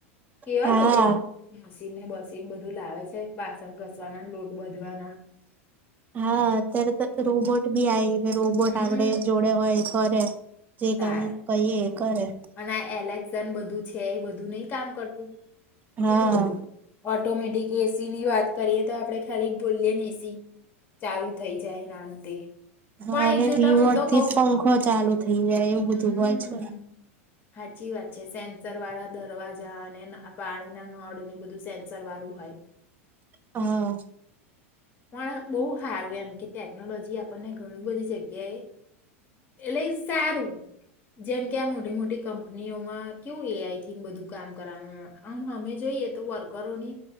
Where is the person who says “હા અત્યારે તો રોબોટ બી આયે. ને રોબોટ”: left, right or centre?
Right